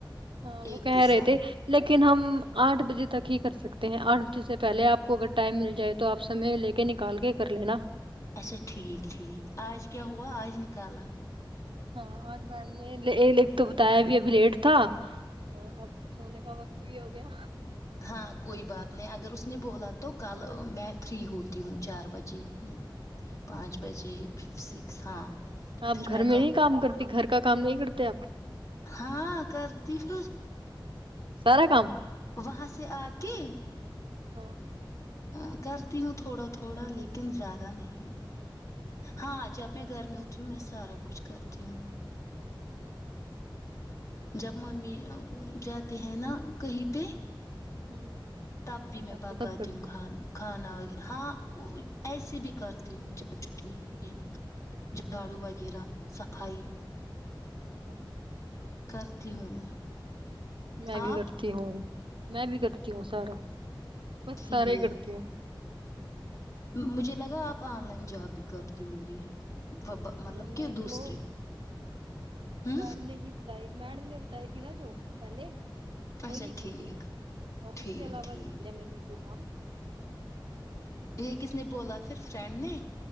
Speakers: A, on the right; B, on the left.
A: ہاں وہ
B: ایک
A: کہہ
B: کے
A: رہے
B: ساتھ
A: تھے لیکن لیکن ہم آٹھ بجے تک ہی کر سکتے ہیں آٹھ بجے سے پہلے آپ کو اگر ٹائم مل جائے تو آپ سمے لے کے نکال کے کر لینا
B: اچھا ٹھیک ٹھیک آج کیا کیا ہوا آج نکالا
A: ہاں آج میم نے ل تو بتایاب ابھی لیٹ تھا اور اب سونے کا وقت بھی ہو گیا
B: ہاں کوئی بات نہیں اگر اس نے بولا تو کل میں فری ہوتی ہوں چار بجے پانچ بجے سکس ہاں
A: آپ
B: پھر
A: گھر میں
B: کہ
A: نہیں کام کرتے گھر کا کام نہیں کرتے آپ
B: ہاں کرتی پ
A: سارا کام
B: وہاں سے آ کے
A: ہاں
B: ا کرتی ہوں تھوڑا تھوڑا لیکن زیاد نہیں ہاں جب میں گھر میں ہوتا تی ہوں میں سارا کچھ کرتی ہوں جب ممی جاتے ہیں نا کہیں پہ
A: ہوں <inaudible>
B: تب بھی میں
A: اچھا
B: پکاتم
A: تب کرتے
B: خانا و ہاں ایسی بھی کرتی ہوں جب چھٹی ہو گی ج جاڑو وغیرہ <unintelligible> صفائی <unintelligible>
A: ہوں <unintelligible>
B: کرتی ہوں میں <unintelligible>
A: میں بھی
B: آپ
A: کرتی ہوں <unintelligible> میں بھی کرتی ہوں سارا بس
B: ٹھیک
A: سارا ہی کرتی ہوں <unintelligible>
B: مجھے لگا آپ آن لائن جاب بھی کرتی ہوگی <unintelligible> مطلب
A: نہیں نہیں آن
B: کہ
A: لائن
B: دوسرے
A: وہ
B: ہ
A: میڈم نے ہی بتائی میڈم نے بتائی تھی نا جو پہلے
B: اچھا
A: وہی
B: ٹھیک
A: کی تھی میں نے ہاں اس
B: ٹھیک
A: کے علاوہ
B: ٹھیک
A: نہیں کیا میں نے کوئی کام
B: یہ کس نے بولا پھر فرینڈ نے